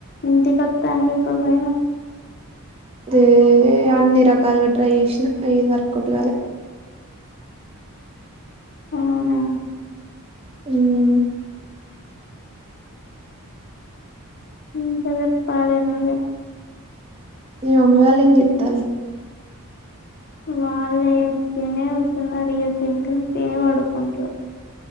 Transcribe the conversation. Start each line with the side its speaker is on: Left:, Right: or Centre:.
Left: ఇంటికొత్త చెప్పపోయినవ్
Right: దే అన్ని రకాలుగా ట్రై చేసిన ఏది వర్కౌట్ కాలే
Left: అవునా
Right: మ్మ్
Left: ఇంకా చెప్పాలే నువ్వే
Right: మీ మమ్మీ వాళ్ళేం జేత్తాలు
Left: వాళ్ళే ఉతిగనే కుసున్నరు ఇగ తింటురు తిని పడుకుంట్రు